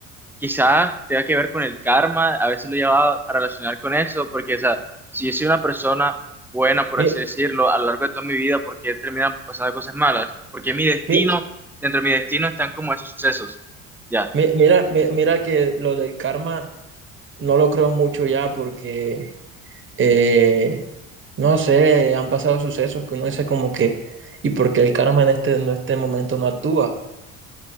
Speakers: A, in the centre; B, on the right.
A: quizás tenga que ver con el karma, a veces lo llevaba a relacionar con eso, porque, o sea, si yo soy una persona buena, por
B: Mi-
A: así decirlo, a lo largo de toda mi vida, ¿por qué terminan pasando cosas malas? Porque mi destino,
B: mi-
A: dentro de mi destino están como esos sucesos. Ya,
B: mi- Mira, mi- mira, que lo del karma no lo creo mucho ya porque eh, no sé, han pasado sucesos que uno dice como que, ¿y por qué el karma en este, en este momento no actúa?